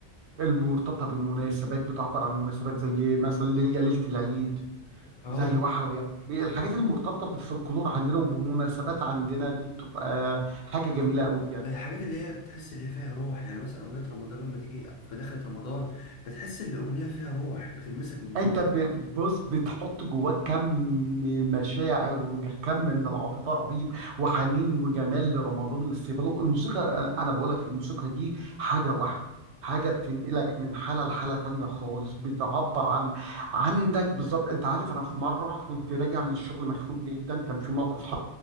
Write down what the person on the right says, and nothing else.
المرتبطة بالمناسبات بتعبر عن المناسبات زي مثلا ليل- يا ليلة العيد
زي وحوي الحاجات المرتبطة بالفلكلور عندنا وبمناسبات عندنا دي بتبقى حاجة جميلة قوي بجد
انت
ب- بص بتحط جواك كم مشاعر وكم من العاطفه رهيب وحنين وجمال لرمضان واستقباله الموسيقى انا بقول لك الموسيقى دي حاجه واحده حاجه بتنقلك من حاله لحاله تانية خالص بتعبر عن عندك بالظبط انت عارف انا في مره كنت راجع من الشغل مخنوق جدا كان في موقف